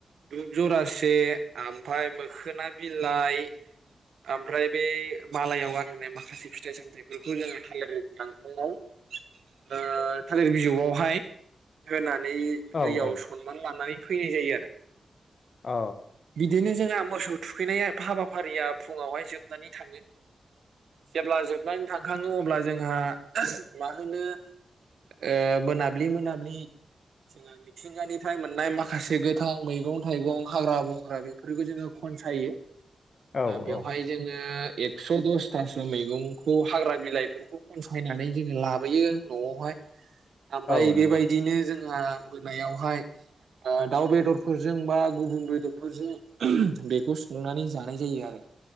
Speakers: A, on the right; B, on the left.
A: दुब जरासे ओमफ्राय मोखोना बिलाइ ओमफ्राय बे मालायाव गानहोननाय माखासे फिथाइ सामथायाइफोरखौ जोङो थालिर गांखंआव ओ थालिर बिजगावहाय होनानै बे
B: औ
A: दैयाव
B: औ
A: समान लानानै फैनाय जायो आरो
B: औ
A: बिदिनो जोंहा मोसौ थुखैनाय हाबाफारिया फुङावहाय जोबनानै थाङो जेब्ला जोबनानै थांखाङो अब्ला जों मा होनो <unintelligible> ओ मोनाब्लि मोनाब्लि। जोंहा मिथिंगानिफ्राय मोननाय माखासे गोथां मैगं थाइगं हाग्रा बंग्रा बेफोरखौ जोङो खनसायो।
B: औ
A: बेवहाय
B: औ
A: जोङो। एक्स' दसथासो मैगंखौ हाग्रा बिलाइफोरखौ खनसायनानै जोङो लाबोयो न'आवहाय। ओमफ्राय
B: औ नंगौ
A: बेबायदिनो जोंहा मोनायावहाय दाउ बेदरफोरजों बा गुबुन बेदर जों बेखौ संनानै जानाय जायो आरो।